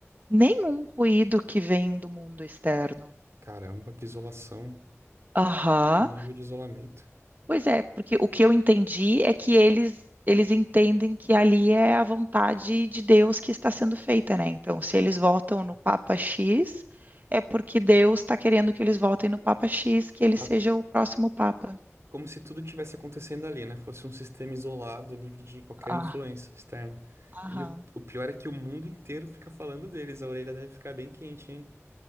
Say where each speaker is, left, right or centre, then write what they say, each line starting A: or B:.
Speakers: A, on the right; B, on the right.
A: nenhum ruído que vem do mundo externo.
B: Caramba, que isolação.
A: Aham.
B: Que nível de isolamento.
A: Pois é, porque o que eu entendi é que eles eles entendem que ali é a vontade de Deus que está sendo feita, né? Então, se eles votam no Papa X, é porque Deus está querendo que eles votem no Papa X, que ele
B: Tá
A: seja o próximo Papa.
B: como se tudo tivesse acontecendo ali, né? Fosse um sistema isolado, livre de qualquer
A: Ah,
B: influência externa.
A: aham.
B: E o, o pior é que o mundo inteiro fica falando deles. A orelha deve ficar bem quente, hein?